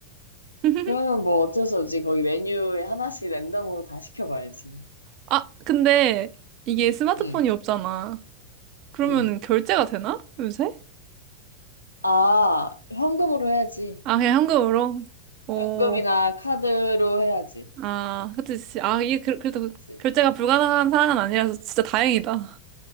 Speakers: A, on the right; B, on the left.
A: <laughs>
B: 그러면 뭐 어쩔 수 없지. 거기 메뉴에 하나씩 랜덤으로 다 시켜봐야지.
A: 아, 근데 이게 스마트폰이
B: 응,
A: 없잖아. 그러면
B: 응.
A: 결제가 되나? 요새?
B: 아, 현금으로 해야지.
A: 아, 그냥 현금으로? 어,
B: 현금이나 카드로 해야지.
A: 아, 그치. 아, 이게 그,
B: 그치,
A: 그래도
B: 그치.
A: 결제가 불가능한 상황은 아니라서 진짜 다행이다.